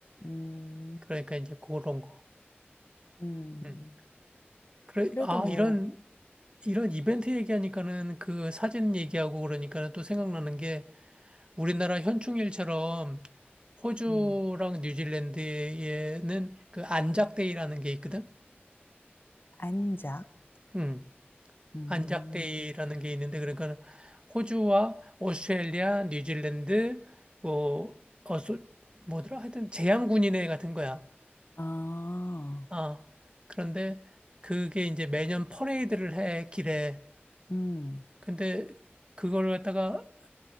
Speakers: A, on the left (about 60°); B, on the right (about 25°).
A: 음.
B: 그러니까 이제 그런 거.
A: 음.
B: 응. 그래,
A: 그래도
B: 아,
A: 뭐
B: 이런, 이런 이벤트 얘기하니까는 그 사진 얘기하고 그러니까는 또 생각나는 우리나라 현충일처럼 호주랑
A: 음.
B: 뉴질랜드에는 그 안작데이라는 게 있거든.
A: 안작.
B: 음,
A: 음.
B: 안작데이라는 게 있는데 그러니까 호주와 오스트레일리아, 뉴질랜드 뭐 어소 뭐더라 하여튼 제향군인회 같은 거야.
A: 아.
B: 아 그런데 그게 이제 매년 퍼레이드를 해 길에.
A: 음.
B: 근데 그걸 갖다가